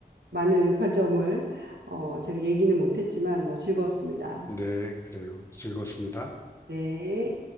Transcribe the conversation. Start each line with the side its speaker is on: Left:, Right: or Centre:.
Right: 많은 관점을 어, 제가 얘기는 못했지만 뭐 즐거웠습니다.
Left: 네, 그래요. 즐겁습니다.
Right: 네.